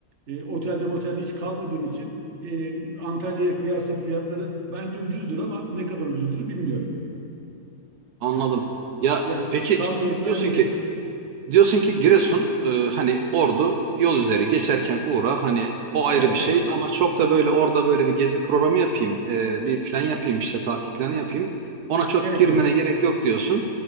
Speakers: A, on the right (about 50°); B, on the right (about 75°).
A: e, otelde motelde hiç kalmadığım için e, Antalya'ya kıyasla fiyatları bence ucuzdur ama ne kadar ucuzdur bilmiyorum.
B: anladım.
A: Yani
B: Ya
A: yani
B: peki
A: kalma yerini
B: diyorsun
A: hallederiz.
B: ki Diyorsun ki Giresun e, hani Ordu yol üzeri geçerken uğra hani o ayrı
A: Evet
B: bir şey
A: evet.
B: ama çok da böyle orada böyle bir gezi programı yapayım e, bir plan yapayım işte tatil planı yapayım ona çok
A: Gerek
B: girmene
A: yok.
B: gerek yok diyorsun.